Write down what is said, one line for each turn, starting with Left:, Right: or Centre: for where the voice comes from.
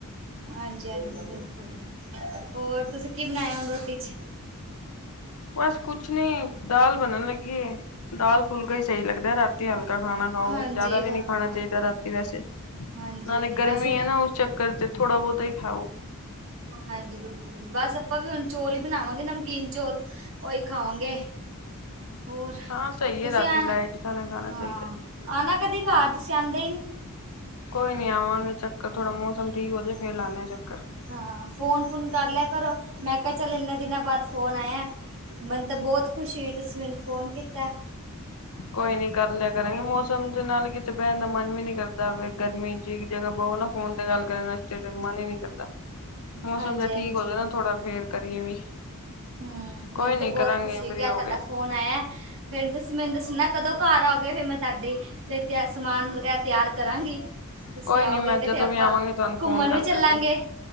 Right: ਹਾਂਜੀ-ਹਾਂਜੀ ਬਿਲਕੁਲ, ਹੋਰ ਤੁਸੀਂ ਕੀ ਬਨਾਏਆ ਹੁਨ ਰੋਟੀ ਚ।
Left: ਬਸ ਕੁਛ ਨੀ ਦਾਲ ਬਨਨ ਲੱਗੀਏ ਦਾਲ ਫੁਲਕਾ ਈ ਸਈ ਲੱਗਦਾ ਰਾਤੀ। ਤੇ ਹਲਕਾ ਖਾਨਾ ਖਾਓ
Right: ਹਾਂਜੀ
Left: ਜ਼ਾਦਾ ਵੀ ਨਈਂ
Right: ਹਾਂ
Left: ਖਾਨਾ
Right: ਹਾਂ
Left: ਚਾਈਦਾ ਰਾਤੀ ਵੈਸੇ
Right: ਹਾਂਜੀ
Left: ਨਾਲੇ ਗਰਮੀ
Right: ਬਸ ਹੁਣ
Left: ਐ ਨਾ ਉਸ ਚੱਕਰ ਤੇ ਥੋੜਾ ਬੋਤਾ ਈ ਖਾਓ।
Right: ਹਾਂਜੀ ਬਿਲਕੁਲ, ਬਸ ਆਪਾਂ ਵੀ ਹੁਨ ਚੋਲ ਹੀ ਬਨਾਵਾਂਗੇ ਨਮਕੀਨ ਚੋਲ। ਓਈ ਖਾਵਾਂਗੇ, ਹੋਰ
Left: ਹਾਂ ਸਹੀ
Right: ਤੁਸੀਂ
Left: ਹੈ ਰਾਤੀ
Right: ਆਂ
Left: ਲਾਈਟ ਖਾਣਾ ਖਾਣਾ
Right: ਹਾਂ
Left: ਚਾਹੀਦਾ
Right: ਆਨਾ ਕਦੀ ਘਰ ਤੁਸੀਂ ਆਂਦੇ ਈ ਨੀ।
Left: ਕੋਈ ਨੀ ਆਂਵਾਂਗੇ ਚੱਕਰ ਥੋੜਾ ਮੌਸਮ ਠੀਕ ਹੋਜੇ
Right: ਹਾਂ
Left: ਫੇਰ ਲਾਂਨੇ ਆਂ ਚੱਕ
Right: ਹਾਂ ਫੋਨ ਫੂਨ ਕਰ ਲੇਆ ਕਰੋ, ਮੈਂ ਕਿਆ ਚੱਲ ਏਨੇ ਦਿਨਾਂ ਬਾਦ ਫੋਨ ਆਏਆ। ਮੈਨੂ ਤਾ ਬੋਤ ਖੁਸ਼ੀ ਹੋਈ ਤੁਸੀਂ ਮੈਨੂੰ ਫੋਨ ਕੀਤੈ।
Left: ਕੋਈ ਨੀ ਕਰ ਲਿਆ ਕਰਾਂਗੀ ਮੌਸਮ ਚ ਨਾਲ ਕਿਤੇ ਬੈਨ ਦਾ ਮਨ ਵੀ ਨੀ ਕਰਦਾ ਹੋਵੇ ਗਰਮੀ ਚ ਈ ਜੇਹਾ ਬਵੋ ਨਾ ਫੋਨ ਤੇ ਗੱਲ ਕਰਨ ਆਸਤੇ ਤੇ ਮਨ ਈ ਨੀ ਕਰਦਾ। ਮੌਸਮ
Right: ਹਾਂਜੀ
Left: ਜਾ
Right: ਹਾਂਜੀ
Left: ਠੀਕ ਹੋਜੇ ਨਾ ਥੋੜਾ ਫੇਰ ਕਰੀਏ ਵੀ।
Right: ਹੂੰ,
Left: ਕੋਈ
Right: ਮੈਨੂੰ
Left: ਨੀ
Right: ਤੇ ਬੋਤ
Left: ਕਰਾਂਗੇ
Right: ਖੁਸ਼ੀ ਹੋਈ
Left: ਫ੍ਰਰੀ
Right: ਕੇ
Left: ਹੋ
Right: ਅੱਜ ਤਾਡਾ ਫੋਨ ਆਏਆ। ਫੇਰ ਤੁਸੀਂ ਮੈਨੂੰ ਦੱਸਨਾ ਕਦੋਂ ਘਰ ਆਓਗੇ ਫੇਰ ਮੈਂ ਤਾਡੇ ਲਈ ਤਿਆ ਸਮਾਨ ਵਗੈਰਾ ਤਿਆਰ ਕਰਾਂਗੀ। ਤੁਸੀਂ
Left: ਕੋਈ
Right: ਆਓਗੇ
Left: ਨੀ ਮੈਂ
Right: ਤੇ
Left: ਜਦੋਂ
Right: ਫੇਰ ਆਪਾਂ
Left: ਵੀ ਆਵਾਂਗੀ ਤੁਹਾਨੂੰ
Right: ਘੁੰਮਨ
Left: ਫੋਨ ਕਰ
Right: ਵੀ ਚੱਲਾਂਗੇ,
Left: ਦਾਂਗੀ।